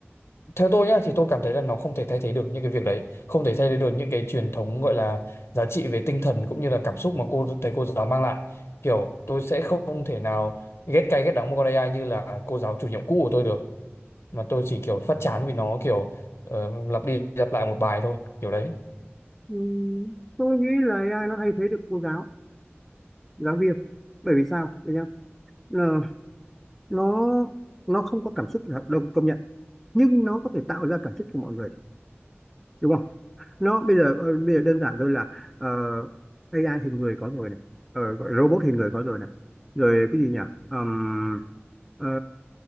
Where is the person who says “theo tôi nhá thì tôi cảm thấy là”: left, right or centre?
Left